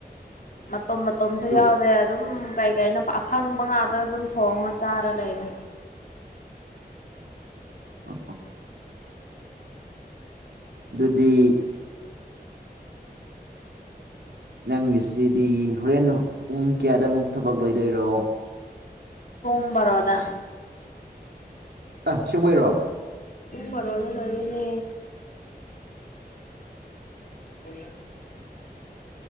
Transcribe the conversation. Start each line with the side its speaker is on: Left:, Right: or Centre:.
Left: ꯃꯇꯣꯝ ꯃꯇꯣꯝꯁꯨ
Right: ꯑꯗꯣ
Left: ꯌꯥꯎꯔꯦ ꯑꯗꯨꯝ ꯀꯩ ꯀꯩꯅꯣ ꯑꯐꯪꯕ ꯉꯥꯇꯅ ꯑꯗꯨꯝ ꯊꯣꯡꯉ ꯆꯥꯔ ꯂꯩꯔꯦ
Right: ꯑ ꯑꯗꯨꯗꯤ ꯅꯪꯒꯤꯁꯤꯗꯤ ꯍꯣꯔꯦꯟ ꯄꯨꯡ ꯀꯌꯥꯗꯃꯨꯛ ꯊꯕꯛ ꯂꯣꯏꯗꯣꯏꯔꯣ
Left: ꯄꯣꯨꯡꯕꯔꯣꯗ
Right: ꯑ ꯁꯤꯕꯩꯔꯣ
Left: ꯎꯕ ꯔꯣꯗ ꯂꯦꯅꯦ ꯍ